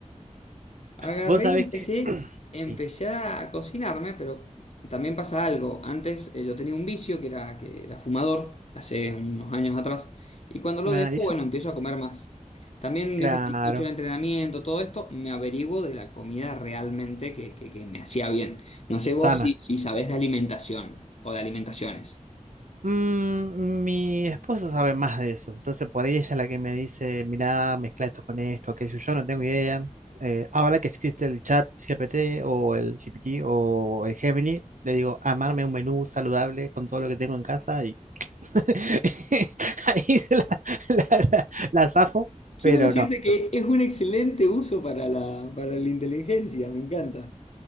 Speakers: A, on the left (about 55°); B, on the right (about 75°).
A: Agarré
B: Vos sabés
A: y empecé,
B: que
A: empecé
B: sí.
A: a cocinarme, pero también pasa algo. Antes eh, yo tenía un vicio que era, que era fumador, hace unos años atrás, y cuando lo
B: Ah,
A: dejo,
B: y eso,
A: bueno, empiezo a comer más. También
B: claro,
A: dice que he hecho el entrenamiento, todo esto, me averiguo de la comida realmente que, que- que me hacía bien. No sé vos
B: sana.
A: si, si sabés de alimentación o de alimentaciones.
B: Mm, mi esposa sabe más de eso, entonces por ahí ella es la que me dice, mirá, mezcla esto con esto, aquello, yo no tengo idea. Eh, ahora que existe el chat GPT o el GPT o el Gemini, le digo, amarme un menú saludable con todo lo que tengo en casa y <laughs> ahí se la, <laughs> la, la la zafo,
A: Quiero
B: pero
A: decirte
B: no.
A: que es un excelente uso para la, para la inteligencia, me encanta.